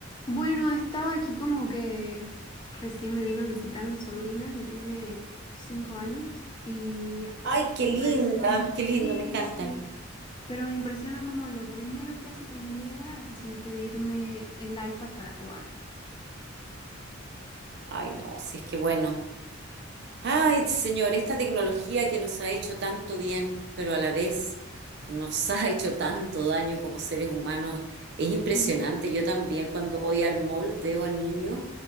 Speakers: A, on the left (about 20°); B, on the right (about 55°).
A: Bueno, estaba aquí como que recién me vino a visitar mi sobrina que tiene cinco años y
B: Ay, qué
A: me
B: linda,
A: impresiona,
B: qué lindo,
A: sí,
B: me encantan.
A: sí, pero me impresiona como lo primero que hace cuando llega es así pedirme el iPad para jugar.
B: Ay, no, si es que bueno. Ay, señor, esta tecnología que nos ha hecho tanto bien, pero a la vez nos <laughs> ha hecho tanto daño como seres humanos, es impresionante.
A: Ujú.
B: Yo también cuando voy al mall veo a niños